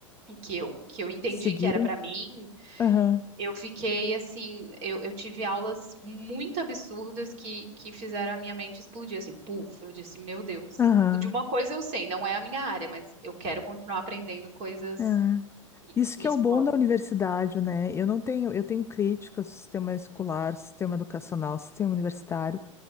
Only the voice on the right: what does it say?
que eu, que eu entendi
que era para mim,
eu fiquei assim, eu, eu tive aulas muito absurdas que, que fizeram a minha mente explodir, assim, puf, eu disse, meu Deus.
De uma coisa eu sei, não é a minha área, mas eu quero continuar aprendendo coisas
que,
que
me
explodem.